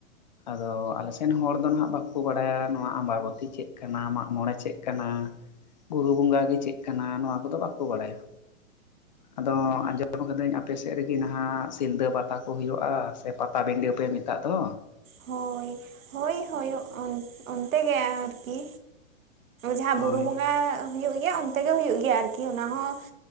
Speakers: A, on the left; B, on the right.
A: ᱟᱫᱚ ᱟᱞᱮ ᱥᱮᱱ ᱦᱚᱲ ᱫᱚ ᱱᱟᱼᱦᱟᱸᱜ ᱵᱟᱠᱚ ᱵᱟᱲᱟᱭᱟ ᱱᱚᱣᱟ ᱟᱢᱵᱟᱵᱚᱛᱤ ᱪᱮᱫ ᱠᱟᱱᱟ ᱢᱟᱜᱢᱚᱬᱮ ᱪᱮᱜ ᱠᱟᱱᱟ ᱵᱩᱨᱩ ᱵᱚᱸᱜᱟ ᱜᱮ ᱪᱮᱜ ᱠᱟᱱᱟ ᱱᱚᱣᱟ ᱠᱚᱫᱚ ᱵᱟᱠᱚ ᱵᱟᱲᱟᱭᱟ। ᱟᱫᱚ ᱟᱸᱡᱚ ᱟᱸᱡᱚᱢ ᱟᱠᱟᱫᱟᱹᱧ ᱟᱯᱮ ᱥᱮᱫ ᱨᱮᱜᱮ ᱱᱟ-ᱦᱟᱸᱜ ᱥᱤᱞᱫᱟᱹ ᱯᱟᱛᱟ ᱠᱚ ᱦᱳᱭᱳᱜᱼᱟ ᱥᱮ ᱯᱟᱛᱟᱵᱤᱰᱟᱹ ᱯᱮ ᱢᱮᱛᱟᱜ ᱫᱚ
B: ᱦᱳᱭ ᱦᱳᱭ ᱦᱳᱭᱳᱜ ᱚᱱ ᱚᱱᱛᱮ ᱜᱮ ᱟᱨᱠᱤ ᱡᱟᱦᱟᱸ
A: ᱦᱳᱭ
B: ᱵᱩᱨᱩ ᱵᱚᱸᱜᱟ ᱦᱩᱭᱩᱜ ᱜᱮᱭᱟ ᱚᱱᱛᱮ ᱜᱮ ᱦᱩᱭᱩᱜ ᱜᱮᱭᱟ ᱟᱨᱠᱤ ᱚᱱᱟᱦᱚᱸ